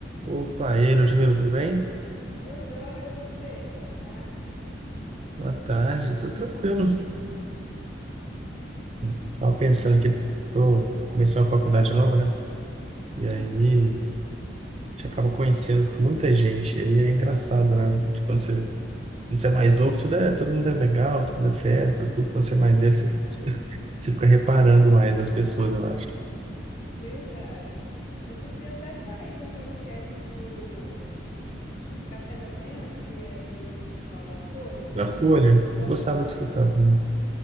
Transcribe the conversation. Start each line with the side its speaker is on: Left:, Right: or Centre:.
Right: Opa, e aí, Ludmila, tudo bem?
Left: Tô joia, e você? Boa tarde.
Right: Boa tarde, tudo tranquilo. Estava pensando aqui, que eu comecei uma faculdade nova, né? E aí,
Left: Ah,
Right: a gente acaba conhecendo muita gente, e aí é engraçado, né? Tipo, quando você, quando você é mais novo, tudo é, todo mundo é legal, tudo é festa, tudo. Quando você é mais velho, você, <laughs> você fica reparando mais das pessoas, eu acho.
Left: Verdade. Outro dia até saiu um podcast no, como chama? Café da Manhã, que é do pessoal da Folha,
Right: Da Folha,
Left: no Spotify.
Right: eu gostava de escutar. também.